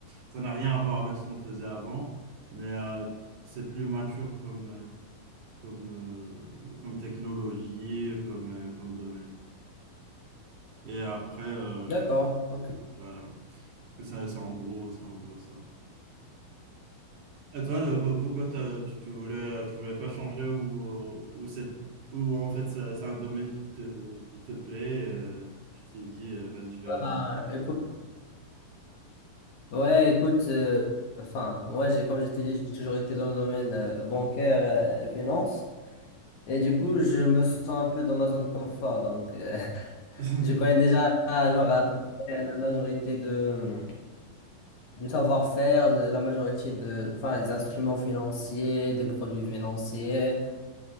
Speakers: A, on the right; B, on the left.
A: ça n'a rien à voir avec ce qu'on faisait avant, mais euh, c'est plus mature comme, euh, comme, euh, comme technologie, comme, euh, comme domaine. Et après, euh,
B: D'accord.
A: je,
B: Ok.
A: voilà. Ça, c'est en gros, c'est en gros ça. Et toi, le- pourquoi t'as- tu, tu voulais, tu voulais pas changer ou, ou, c'est, ou en fait, c'est c'est un domaine qui te, qui te plaît, euh, tu t'es dit, euh, vas-y, je vais.
B: Bah, écoute, ouais, écoute. euh, enfin, moi, j'ai comme je t'ai dit, j'ai toujours été dans le domaine euh, bancaire euh, et finance. Et du coup, je me sens un peu dans ma zone de confort. Donc, euh, <laughs>
A: <laughs>
B: je connais déjà, genre, à peu près la majorité de du savoir-faire, de la majorité de, enfin, des instruments financiers, des produits financiers.